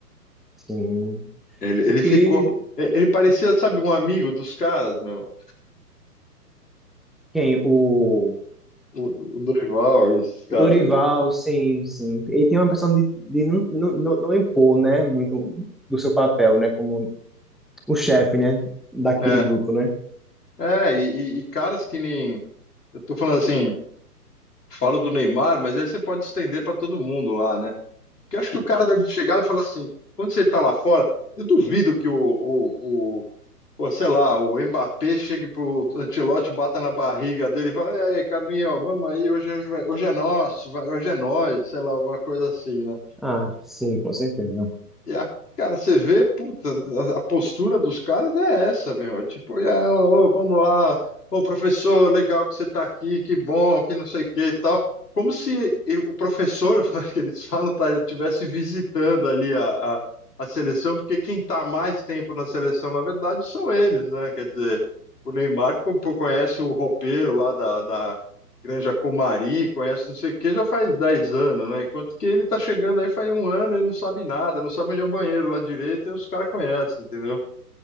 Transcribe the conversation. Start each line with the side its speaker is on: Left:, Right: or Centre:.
Centre: Sim,
Left: Ele,
Centre: porque
Left: ele ficou. e- Ele parecia, sabe, um amigo dos caras, meu.
Centre: quem? O,
Left: O, o Dorival e esses caras
Centre: o Dorival,
Left: aí.
Centre: sim, sim. Ele tem uma questão de, de não, não, não não impor, né, muito do seu papel, né, como o chefe, né, daquele
Left: É,
Centre: grupo, né?
Left: é e, e- e caras que nem. Eu tô falando assim. falo do Neymar, mas aí você pode estender para todo mundo lá, né? Porque acho que o cara deve chegar e falar assim, quando você está lá fora, eu duvido que o, o, o, pô, sei lá, o Mbappé chegue pro Ancelotti, bata na barriga dele e fala, "E aí, Carlinhos, vamos aí, hoje, hoje, vai- hoje é nosso, vai, hoje é nós, sei lá, alguma coisa assim, né?
Centre: Ah, sim, com certeza.
Left: E a- cara, você vê, puta, a, a postura dos caras é essa, meu. É tipo, é, ô, ô, vamos lá, ô professor, legal que você tá aqui, que bom, que não sei o que e tal. Como se e- o professor, <laughs> que eles falam, tá, ele estivesse visitando ali a, a, a seleção, porque quem tá mais tempo na seleção, na verdade, são eles, né? Quer dizer, o Neymar co- conhece o roupeiro lá da, da Granja Comari, conhece não sei o que, já faz 10 anos, né? Enquanto que ele tá chegando aí faz um ano, ele não sabe nada, não sabe onde é o banheiro lá direito, e os caras conhecem, entendeu?